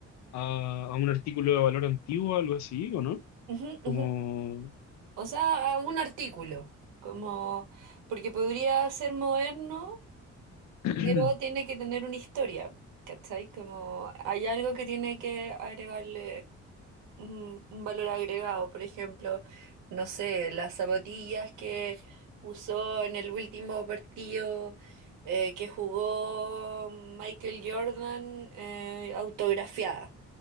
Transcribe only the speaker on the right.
ujú,
ujú. O sea, a un artículo, como, porque podría ser moderno,
pero tiene que tener una historia, ¿cachai? Como hay algo que tiene que agregarle un un valor agregado, por ejemplo, no sé, las zapatillas que usó en el último partido eh, que jugó Michael Jordan eh, autografiadas,